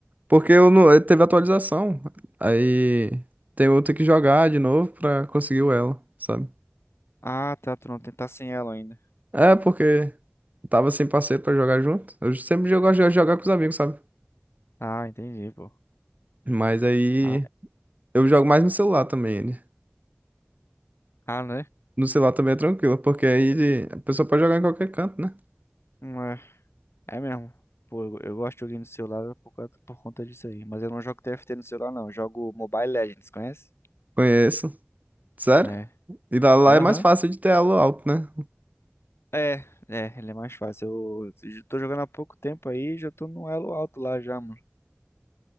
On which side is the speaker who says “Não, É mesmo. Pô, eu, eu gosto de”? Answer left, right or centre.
Left